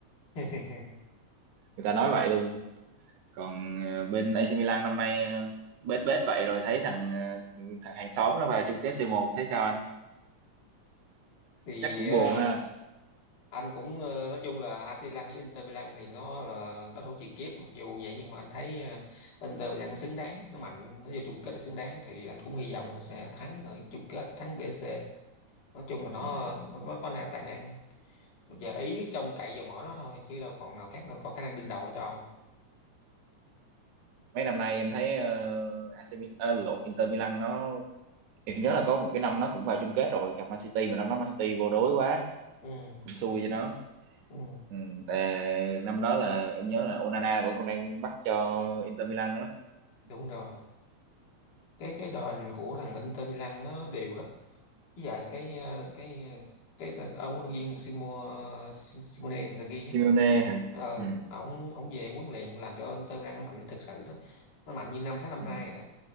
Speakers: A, on the left; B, on the right.
A: <laughs>
B: người ta nói vậy luôn còn ờ, bên AC Milan năm nay ờ, bết bết vậy rồi thấy thằng ờ, thằng hàng xóm nó vào chung kết c một thấy sao anh
A: thì
B: chắc cũng buồn
A: ờ,
B: ha
A: anh cũng ờ, nói chung là AC Milan với Inter Milan thì nó là đối thủ truyền kiếp mặc dù vậy nhưng mà anh thấy ờ, Inter Milan nó xứng đáng nó mạnh nó vô chung kết là xứng đáng thì anh cũng hy vọng nó sẽ thắng ở chung kết thắng BSC nói chung là nó
B: ừ.
A: nó, nó có na- tài năng Bây giờ Ý trông cậy vào mỗi nó thôi chứ đâu còn nào khác đâu có khả năng đương đầu ở châu Âu đâu.
B: mấy năm nay em thấy ờ, AC Mi- ờ, lộn Inter Milan nó em nhớ là có một cái năm nó cũng vào chung kết rồi gặp Man City mà năm đó Man City vô đối quá
A: ừ,
B: cũng xui cho nó
A: ừ,
B: ừ. Tại năm đó là em nhớ là Onana vẫn còn đang bắt cho Inter Milan đó
A: đúng rồi cái cái đội hình của thằng Inter Milan nó đều lắm với lại cái ờ, cái cái, cái ông huấn luyện viên Simo Si- Simone Inzaghi
B: Simeone
A: á
B: hả
A: ờ
B: ừ.
A: ổng ổng về huấn luyện làm cho Inter Milan nó mạnh thực sự đó nó mạnh như năm sáu năm
B: Ừ.
A: nay rồi đó